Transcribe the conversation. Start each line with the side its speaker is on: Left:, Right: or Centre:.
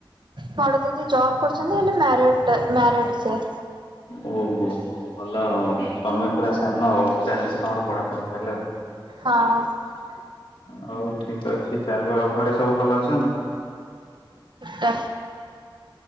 Right: ବଡ ଦିଦି ଜବ କରୁଛନ୍ତି, ହେଲେ ମ୍ୟାରେଡ ମ୍ୟାରେଡ଼ ସିଏ।
Left: ଓହୋ ହୋ ଭଲ ଆଉ। ତମେ ପୁରା ସାନ ଆଉ ଚାଲଚି ତମର ପଢାପଢି ତାହେଲେ ଆଉ।
Right: ହଁ।
Left: ହଉ ଠିକ ଅଛି ଚାଲୁ ଆଉ। ଘରେ ସବୁ ଭଲ ଅଛନ୍ତି?
Right: ତ